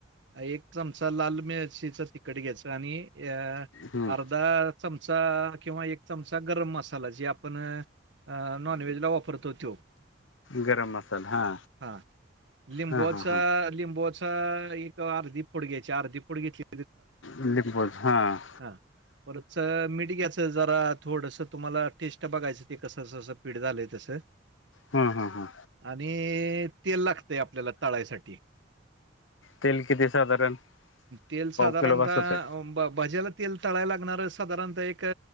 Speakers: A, on the right; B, on the left.
A: एक चमचा लाल मिरचीचं तिकड घ्यायच आणि अ
B: हम्म
A: अर्धा चमचा किंवा एक चमचा गरम मसाला जे आपण अ नॉनव्हेजला वापरतो त्यो.
B: गरम मसाला हा
A: हा लिंबोचा
B: हा हा हा
A: लिंबोचा त एक अर्धी पुड घ्यायची अर्धी पुड घेतली
B: <unintelligible> हा.
A: हा परच मिठ घ्याच ते जरा थोडस तुम्हाला टेस्ट बघायचं ते कससस पीठ झालंय तसं.
B: हां हां हा.
A: आणि तेल लागतंय आपल्याला ताळायसाठी.
B: तेल किती साधारण
A: तेल
B: पाव
A: साधारणतः
B: किलो बस होते
A: भ भज्याला तेल तळाला लागणार साधारणतः एक